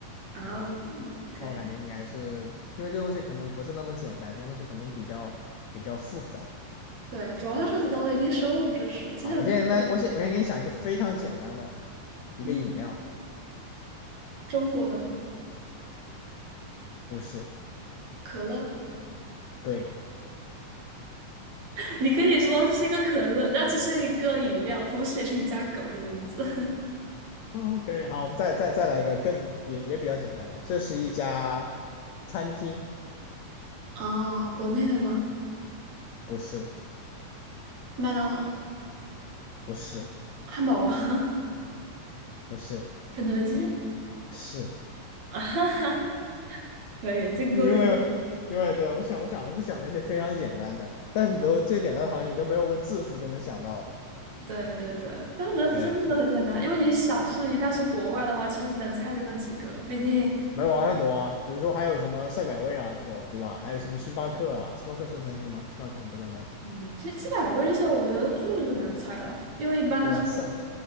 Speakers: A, on the right; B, on the left.
A: 啊，OK。
B: 挺好的。
A: 可以
B: 那我感觉你还是因为这东西可能不是那么简单，这个东西可能比较比较复杂
A: 对，主要它涉及到了一定生物知识，就像你说，
B: 啊。我现在我先我先给你想一个非常简单的一个饮料，
A: 嗯，中国的吗？
B: 不是，
A: 可乐，
B: 对，
A: <laughs> 你可以说这是一个可乐，那这是一个饮料，同时也是你家狗的名字。<laughs>
B: 嗯，可以，好，我们再再再来一个更也也比较简单的，这是一家餐厅，
A: 啊，国内的吗？
B: 不是，
A: 麦当劳。
B: 不是，
A: 汉堡王、<laughs>
B: 不是，
A: 肯德基
B: 是
A: 啊，<laughs> 可以，这个够简单。
B: 因为因为对我想我想我就想了一些非常简单的，但是你都最简单的好像你都没有问字数就能想到的，
A: 对对对，但我觉得真的都很简单，
B: 对，是
A: 因为你想，就是一旦是国外的话，其实能猜就那几个，毕竟，
B: 没有啊，还有很多啊，比如说还有什么赛百味啊这种，对吧？还有什么星巴克啊？星巴克算餐厅吗？星巴克不算餐厅。
A: 嗯，其实七百味这些，我觉得就是个难猜了，因为一般来说，
B: 对啊，赛